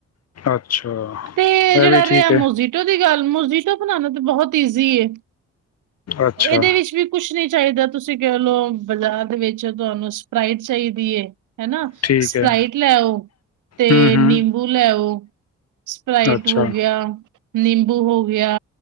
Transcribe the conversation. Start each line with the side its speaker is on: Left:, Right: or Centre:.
Left: ਅੱਛਾ
Right: ਤੇ ਜਿਹੜਾ
Left: ਇਹ ਵੀ ਠੀਕ
Right: ਰਿਹਾ ਮੋਜੀਟੋ
Left: ਹੈ
Right: ਦੀ ਗੱਲ, ਮੋ ਮੋਜਿਟੋ ਬਣਾਉਣਾ ਤਾਂ ਬਹੁਤ ਈਜ਼ੀ ਏ।
Left: ਅੱਛਾ
Right: ਇਹਦੇ ਵਿੱਚ ਵੀ ਕੁਛ ਨੀਂ ਚਾਹੀਦਾ। ਤੁਸੀਂ ਕਹਿ ਲਓ ਬਾਜ਼ਾਰ ਦੇ ਵਿੱਚ। ਤੁਹਾਨੂੰ ਸਪ੍ਰਈਟ ਚਾਹੀਦੀ ਹੈ। ਹੈਨਾ,
Left: ਠੀਕ
Right: ਸਪ੍ਰਈਟ
Left: ਹੈ
Right: ਲੈ ਆਓ ਤੇ
Left: ਹੂੰ ਹੂੰ
Right: ਨਿੰਬੂ ਲੈ ਆਓ। ਸਪ੍ਰਈਟ
Left: ਅੱਛਾ
Right: ਹੋ ਗਿਆ। ਨਿੰਬੂ ਹੋ ਗਿਆ।